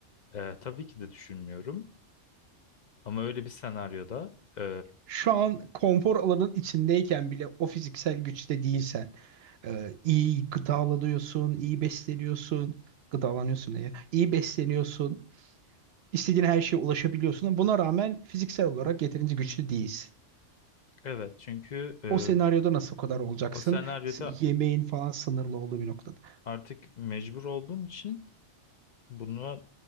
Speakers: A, on the left; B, on the right.
A: E, tabii ki de düşünmüyorum. Ama öyle bir senaryoda, e,
B: Şu an konfor alanın içindeyken bile o fiziksel güçte değilsen, e, iyi gıdalanıyorsun, iyi besleniyorsun, gıdalanıyorsun ne ya, iyi besleniyorsun, istediğin her şeye ulaşabiliyorsun. Buna rağmen fiziksel olarak yeterince güçlü değilsin.
A: evet çünkü e,
B: O senaryoda nasıl o kadar olacaksın?
A: o senaryoda
B: S- Yemeğin falan sınırlı olduğu bir noktada.
A: artık mecbur olduğum için bunu